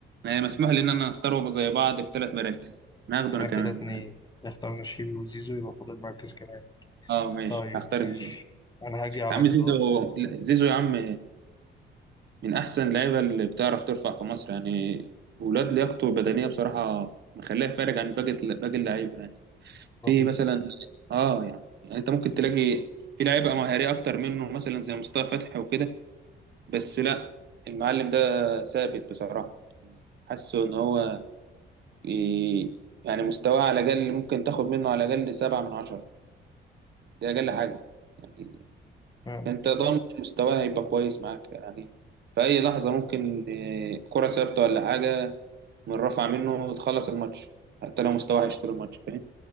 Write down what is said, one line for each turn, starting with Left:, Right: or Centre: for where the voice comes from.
Right: انا مسموح لي ان انا اختاره زي بعض في ثلاث مراكز انا هاخده
Left: احنا
Right: انا كمان
Left: كده اتنين اخترنا شيبي وزيزو يبقى فاضل مركز كمان
Right: اه ماشي
Left: طيب
Right: هختار
Left: ماشي
Right: زيزو
Left: انا هاجي على
Right: يا عم
Left: ال-
Right: زيزو لا، زيزو يا عم من احسن اللعيبه اللي بتعرف ترفع في مصر يعني ولاد لياقته البدنيه بصراحه مخليه فارق عن باقي باقي اللعيبه يعني في
Left: الرهيب
Right: مثلا اه يعني يعني انت ممكن تلاقي في لعيبه مهاريه اكتر منه مثلا زي مصطفى فتحي وكده بس لا المعلم ده ثابت بصراحه يعني حاسه ان هو ي- يعني مستواه على الأقل ممكن تاخد منه على الأقل سبعة من عشرة دي أقل حاجة يعني
Left: آه،
Right: أنت ضامن مستواه هيبقى كويس معاك يعني في أي لحظة ممكن آه، كرة ثابتة ولا حاجة من رفع منه تخلص الماتش حتى لو مستواه وحش طول الماتش فاهم